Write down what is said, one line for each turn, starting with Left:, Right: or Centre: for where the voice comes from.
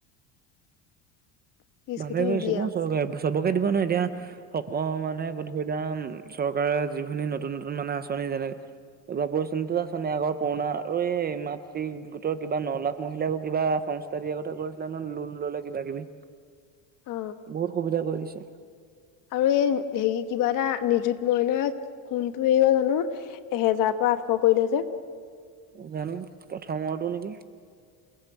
Left: <inaudible>
Right: ভালে
Left: নিদিয়ে
Right: কৰিছে ন
Left: আৰু
Right: চৰকাৰে চবকে দিব নহয় এতিয়া। <inaudible> <inaudible> মানে ধৰি লোৱা চৰকাৰৰ যিখিনি নতুন-নতুন মানে আঁচনি যেনেকে <inaudible> বাবু আঁচনিটো আঁচনি, আগৰ পুৰণা আৰু এই মাতৃ গোটৰ কিবা ন লাখ মহিলাকো কিবা সঙ্গ <inaudible> <inaudible> দিয়া কথা কৈ আছিলে ন লোন ল'লে কিবাকিবি। <inaudible>
Left: অ
Right: বহুত সুবিধা কৰি দিছে। <inaudible>
Left: আৰু এই হেৰি কিবা এটা নিযুত মইনা কোনটো এৰিব <inaudible> জানো? এহেজাৰ পৰা আঠশ কৰিলে যে? <inaudible>
Right: জানো প্ৰথমৰটো নেকি? <inaudible>